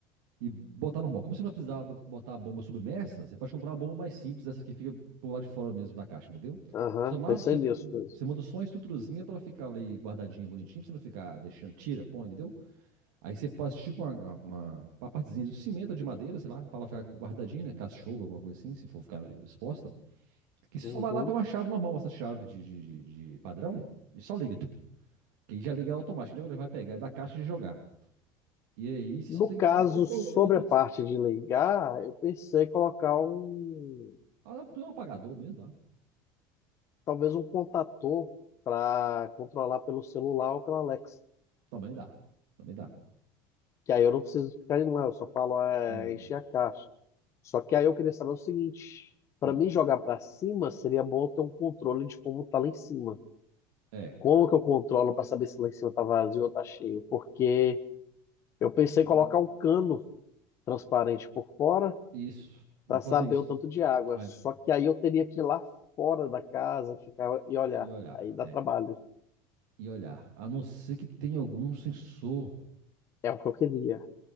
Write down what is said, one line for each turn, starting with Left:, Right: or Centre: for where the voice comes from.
Right: E botar normal. Como você não vai precisar bot- botar a bomba submersa, você pode comprar uma bomba mais simples, essa que fica por lá de fora mesmo da caixa, entendeu?
Left: Aham,
Right: Você só mais
Left: pensei
Right: você,
Left: nisso mesmo.
Right: você manda só uma estruturazinha pra ela ficar ali guardadinha, bonitinha, pra você não ficar deixando, tira, põe, entendeu? Aí você passa tipo uma, uma, uma partezinha de cimento ou de madeira, sei lá, pra ela ficar guardadinha, né? Caso alguma coisa assim, se for ficar exposta. Que você
Left: Uhum.
Right: só vai lá pra uma chave normal, essa chave de, de, de, de padrão, e só liga. Tu, que aí já liga automático, entendeu? Ele vai pegar da caixa e jogar. E aí você
Left: No
Right: só tem
Left: caso,
Right: que ficar monitorando
Left: sobre
Right: pra.
Left: a parte de ligar, eu pensei em colocar um,
Right: Ah, é um apagador mesmo dá.
Left: talvez um contator para controlar pelo celular ou pela Alexa.
Right: Também dá. Também dá.
Left: Que aí eu não preciso ficar indo lá, eu só falo é,
Right: Isso.
Left: encher a caixa. Só que aí eu queria saber o seguinte: para
Right: Hum.
Left: mim jogar para cima, seria bom eu ter um controle de como tá lá em cima.
Right: É.
Left: Como que eu controlo para saber se lá em cima tá vazio ou tá cheio? Porque eu pensei
Right: Hum.
Left: em colocar um cano transparente por fora
Right: Isso. Dá
Left: para
Right: pra
Left: saber
Right: fazer isso.
Left: o tanto de água.
Right: É.
Left: Só que aí eu teria que ir lá fora da casa, ficar e olhar.
Right: E olhar.
Left: Aí dá
Right: É.
Left: trabalho.
Right: E olhar. A não ser que tenha algum sensor
Left: É o que eu queria.